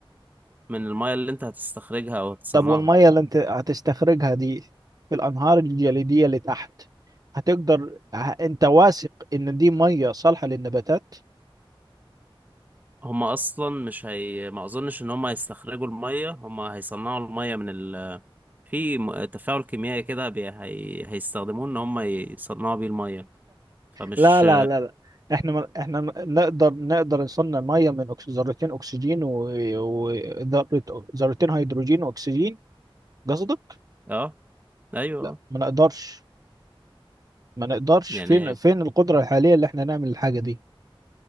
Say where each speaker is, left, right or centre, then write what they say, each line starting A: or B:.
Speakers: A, on the right; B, on the right.
A: من المية اللي انت هتستخرجها أو هتصنعها
B: طب والميه اللي انت هتستخرجها دي في الانهار الجليديه اللي تحت هتقدر ه- انت واثق ان دي ميه صالحه للنباتات
A: هما اصلا مش هي ما اظنش ان هما هيستخرجوا الميه هما هيصنعوا الميه من ال... في م- تفاعل كيميائي كده بي... هي... هيستخدموه ان هما يصنعوا بيه الميه فمش
B: لا لا لا لا احنا ما احنا ما- نقدر نقدر نصنع ميه من أكس- ذرتين اكسجين وذرتين هيدروجين واكسجين قصدك
A: اه ايوه
B: لا
A: آه.
B: ما نقدرش ما نقدرش
A: يعني
B: فين
A: إيه؟
B: فين القدره الحاليه اللي احنا نعمل الحاجه دي